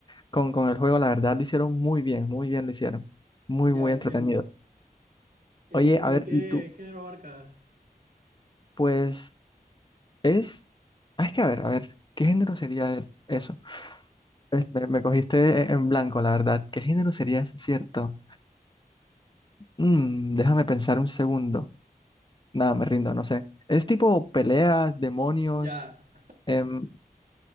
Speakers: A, on the left; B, on the right.
A: con, con el juego, la verdad, lo hicieron muy bien, muy bien lo hicieron. Muy, muy
B: Ya
A: entretenido.
B: entiendo. Eh,
A: Oye,
B: ¿cómo
A: a ver,
B: de qué
A: ¿y tú?
B: género abarca?
A: Pues es, ah, es que a ver, a ver, ¿qué género sería el- eso? Es- me, me cogiste e- en blanco, la verdad. ¿Qué género sería eso, cierto? Mm, déjame pensar un segundo. Nada, me rindo, no sé. Es tipo peleas, demonios.
B: Ya.
A: em,